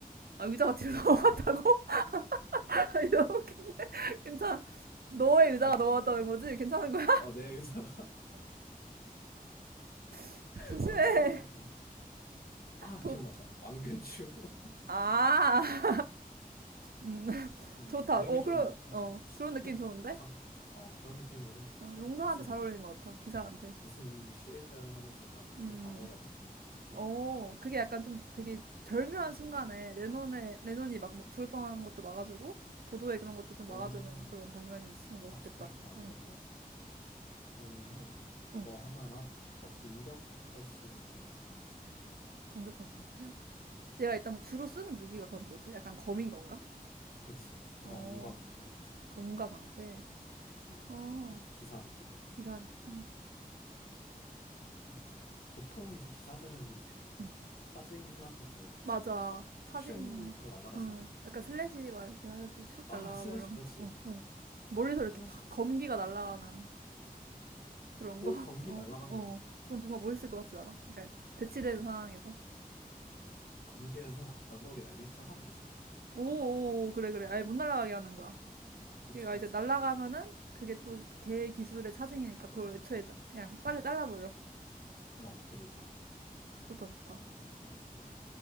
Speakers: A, on the right (about 80°); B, on the left (about 75°).
A: 아, 의자가 뒤로
B: 그
A: 넘어갔다고?
B: 아
A: <laughs> 아니, 너무 웃긴데? 괜찮아. 너의 의자가
B: 아 괜찮아
A: 넘어갔다는
B: 괜찮아.
A: 거지? 괜찮은 거야?
B: 어내 의자가
A: <laughs>
B: <laughs>
A: 조심해.
B: 깜짝 놀랐네. 아,
A: 도,
B: 기억났다. 망근추. <laughs>
A: 아, 음, <laughs>
B: 아, 좀,
A: 좋다.
B: 이름이
A: 어,
B: 좀,
A: 그런,
B: 아,
A: 어, 그런 느낌 좋은데?
B: 괜찮, 어, 그런 느낌으로,
A: 어,
B: 막
A: 용사한테
B: 무슨,
A: 잘 어울리는 것 같아. 기사한테.
B: 무슨 쉴드 하면서 딱 되게
A: 음.
B: 방어력 엄청 높아지는?
A: 어, 그게 약간 좀 되게 절묘한 순간에 레논의 레논이 막 뭐 죽을 뻔하는 것도 막아주고 도도의 그런 것도 좀
B: 오,
A: 막아주는 그런 장면이 있으면
B: 아,
A: 멋있겠다.
B: 좋다, 좋다.
A: 어,
B: 그래, 그래. 그러면은, 그거
A: 어,
B: 하나랑 살짝 공격할 수 있는 능력도 하나 있으면 좋을 것 같아.
A: 공격할 수 있냐? 얘가 일단 뭐 주로 쓰는 무기가 그럼 뭐지? 약간 검인 건가?
B: 그치. 검과
A: 어,
B: 방패로 하자.
A: 검과 방패.
B: 음,
A: 어,
B: 살짝 기사 느낌이니까.
A: 기사님.
B: 음, 보통 이제 기사들은 그 막,
A: 응,
B: 사징 해가지고,
A: 맞아.
B: 막,
A: 차징.
B: 슝 하고 날아가지
A: 응,
B: 않나?
A: 약간 슬래시 막 이렇게 하셔서 슉
B: 아,
A: 날아가고
B: 슬래시,
A: 이런.
B: 그렇지.
A: 어, 어.
B: 어,
A: 멀리서 이렇게
B: 슬래시
A: 팍
B: 괜찮다.
A: 검기가 날아가는 그런
B: 오,
A: 거. <laughs>
B: 검기
A: 어,
B: 날아가는
A: 어.
B: 것도 괜찮다.
A: 그럼 뭔가 멋있을 것 같지 않아? 그러니까 대치되는 상황에서.
B: 음, 검기에서 발록의 날개를 잘라버리자.
A: 오, 오, 그래, 그래. 아예 못 날아가게 하는 거야.
B: 그치,
A: 걔가
B: 그치.
A: 이제 날아가면은 그게 또 걔 기술의 차징이니까 그걸 애초에 다- 그냥 쌀을 잘라버려.
B: 어, 그니까.
A: 좋다, 좋다.
B: 그렇게 해버리고.